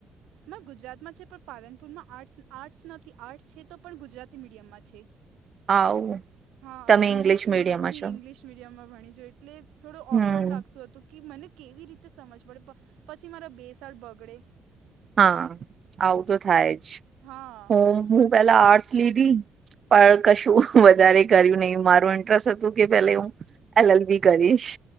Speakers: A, on the right; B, on the right.
A: ના ગુજરાતમાં છે પણ પાલનપુરમાં આર્ટ આર્ટ્સ નથી આર્ટ્સ છે તો પણ ગુજરાતી મીડિયમમાં છે.
B: આવું.
A: હા
B: તમે
A: અને
B: ઇંગ્લિશ
A: મુ શરૂ
B: મીડિયમમાં
A: થી
B: છો
A: ઇંગ્લિશ... મીડિયમમાં ભણી છું એટલે થોડો
B: હમ
A: ઓકવર્ડ લાગત હતું કે મને... કેવી રીતે સમજ પડે પ‌ પછી મારા બે સાલ બગડે.
B: હા આવું તો થાય જ.
A: હા
B: હું હું પેલા આર્ટસ લીધી. પણ કશું વધારે કર્યું નહી મારું ઇન્ટરેસ્ટ હતું કે પેલે હું... એલ એલ બી કરીશ.